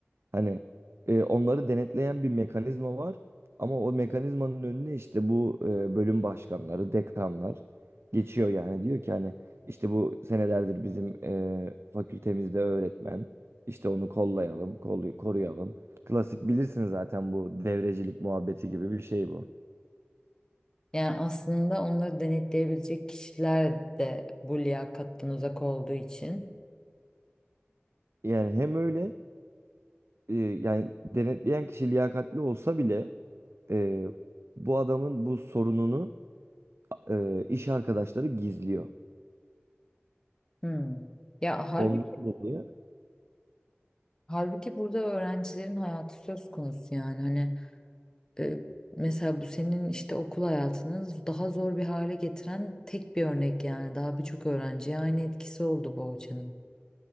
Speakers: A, on the right; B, on the left.
A: Hani e, onları denetleyen bir mekanizma var ama o mekanizmanın önüne işte bu e, bölüm başkanları, dekanlar geçiyor yani diyor ki hani işte bu senelerdir bizim e, fakültemizde öğretmen işte onu kollayalım, kol- koruyalım. Klasik bilirsin zaten bu devrecilik muhabbeti gibi bir şey bu.
B: Yani aslında onları denetleyebilecek kişiler de bu liyakattan uzak olduğu için.
A: Yani hem öyle e, yani denetleyen kişi liyakatli olsa bile e, bu adamın bu sorununu e, iş arkadaşları gizliyor.
B: Hmm. Ya halbuki,
A: Ondan dolayı
B: halbuki burada öğrencilerin hayatı söz konusu yani. Hani e, mesela bu senin işte okul hayatını daha zor bir hale getiren tek bir örnek yani. Daha birçok öğrenciye aynı etkisi oldu bu hocanın.